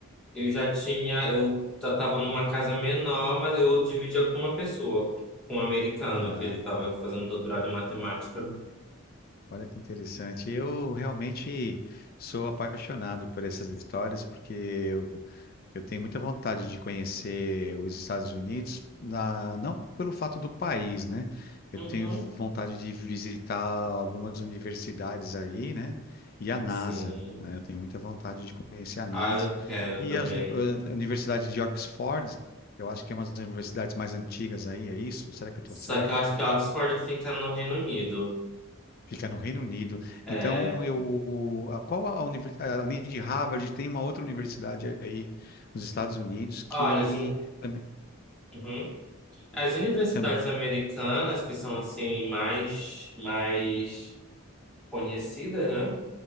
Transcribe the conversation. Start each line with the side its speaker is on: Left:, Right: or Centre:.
Centre: eu já tinha, eu já estava numa casa menor, mas eu dividia com uma pessoa, com um americano,
Left: tá.
Centre: que ele estava fazendo doutorado em matemática.
Left: Olha que interessante. Eu realmente sou apaixonado por essas histórias, porque Eu tenho muita vontade de conhecer os Estados Unidos, na- não pelo fato do país, né? Eu
Centre: Uhum.
Left: tenho vontade de visitar algumas universidades aí, né? E a NASA,
Centre: Sim.
Left: né? Eu tenho muita vontade de conhecer a NASA.
Centre: Ah, eu quero
Left: E
Centre: também.
Left: as, uni- a Universidade de Oxford, eu acho que é uma das universidades mais antigas aí, é isso? Será que eu estou
Centre: Só
Left: certo?
Centre: que eu acho que Oxford fica no Reino Unido.
Left: Fica no Reino Unido.
Centre: É,
Left: Então, eu, a, qual a universidade, além de Harvard, tem uma outra universidade aí nos Estados Unidos que
Centre: olha, as, uni-
Left: também
Centre: Uhum. As universidades
Left: E Também,
Centre: americanas, que são assim mais, mais conhecidas, né?